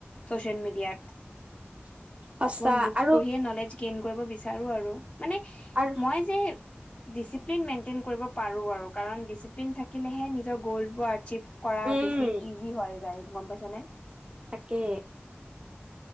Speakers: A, on the left (about 30°); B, on the right (about 25°).
A: চচিয়াল মেডিয়াত।
B: <inaudible>
A: অকমান বুকচ
B: আৰু
A: পঢ়িয়ে নলেজ গেইন কৰিব বিচাৰো আৰু মানে
B: আৰু
A: মই যে ডিচিপ্লিন মেইনটেইন কৰিব পাৰোঁ আৰু কাৰণ ডিচিপ্লিন থাকিলেহে নিজৰ গ'ল বা আৰচিভ। কৰা
B: উম
A: বেছি ইজি হয় যায় গম পাইছ নে।
B: তাকে।